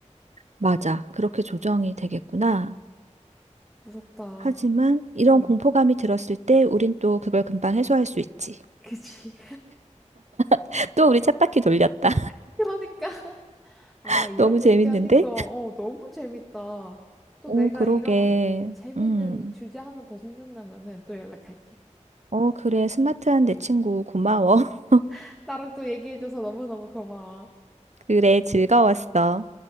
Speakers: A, on the right (about 65°); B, in the centre.
A: 맞아. 그렇게 조정이 되겠구나.
B: 무섭다.
A: 하지만 이런
B: 어,
A: 공포감이 들었을 때 우린 또 그걸 금방 해소할 수 있지.
B: 그치.
A: <laughs> 또 우리 쳇바퀴 돌렸다.
B: <laughs> 그러니까. 아,
A: <laughs>
B: 이런
A: 너무 재밌는데?
B: 얘기하니까, 어, 너무 재밌다. 또
A: 오,
B: 내가
A: 그러게.
B: 이런 재밌는
A: 음.
B: 이 주제 하나 더 생각나면은 또 연락할게.
A: 어, 그래. 스마트한 내 친구 고마워. <laughs>
B: <laughs> 나랑 또 얘기해줘서 너무너무 고마워.
A: 그래, 즐거웠어.